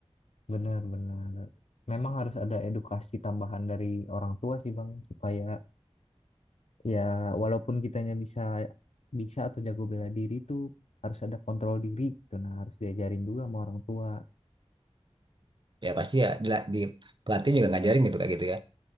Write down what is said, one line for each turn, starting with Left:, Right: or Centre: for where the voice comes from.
Left: benar benar memang harus ada edukasi tambahan dari orang tua sih bang supaya ya walaupun kitanya bisa bisa atau jago bela diri tuh harus ada kontrol diri gitu nah harus diajarin juga sama orang tua
Right: ya pasti ya di, di pelatih juga ngajarin gitu kayak gitu ya